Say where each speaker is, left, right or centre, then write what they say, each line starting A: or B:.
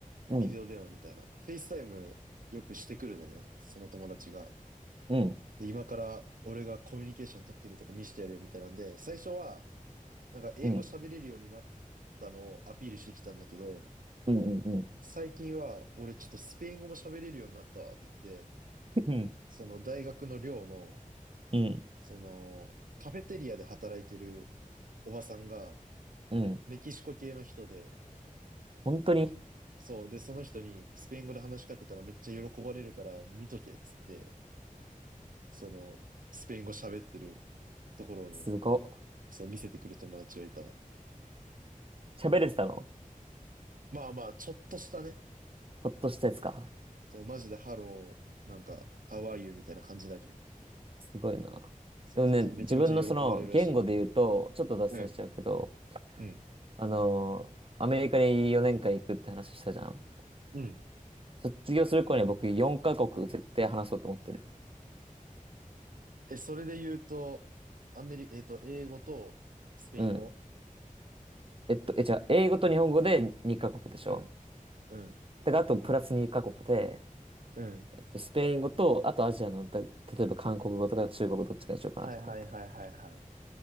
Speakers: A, on the right; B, on the right.
A: うん、
B: ビデオ電話みたいな。フェイスタイムよくしてくるのね、その友達が。
A: うん、
B: で、今から俺がコミュニケーション取ってるとこ見せてやるよみたいなんで、最初は、なんか英語喋れるようになっ
A: うん、
B: たのをアピールしてきたんだけど、
A: うん、うん、うん、うん、
B: 最近は、俺ちょっとスペイン語も喋れるようになったわって言って、
A: うん。
B: その大学の寮の、
A: うん
B: その、カフェテリアで働いてるおばさんが、
A: うん。
B: メキシコ系の人で、
A: 本当に、
B: そう、で、その人にスペイン語で話しかけたらめっちゃ喜ばれるから見とけっつって、その、スペイン語喋ってるところをね、
A: すごっ。
B: そう見せてくる友達がいたわ。
A: 喋れてたの
B: まあまあ、ちょっとしたね、
A: ちょっとしたやつか。
B: そう、マジでハロー、なんか、ハワイユみたいな感じだけど。
A: すごいな。
B: そうそうそう、
A: でもね、
B: めちゃめちゃ喜ばれるらしいね。
A: 自分のその言語で言うと、ちょっと脱線しちゃうけど、
B: うん。うん。
A: あのーアメリカに4年間行くって話したじゃん。
B: うん
A: 卒業する頃には僕4カ国絶対話そうと思ってる。
B: え、それで言うと、アメリ、えっと、英語とスペイン語
A: うん。えっと、え、じゃあ、英語と日本語で2カ国でしょ
B: うん。うん。
A: だからあとプラス2カ国で、
B: うん。
A: えっと、スペイン語と、あとアジアの、た例えば韓国語とか中国語どっちかにしようかなって思ってる。
B: はいはいはいはいはい。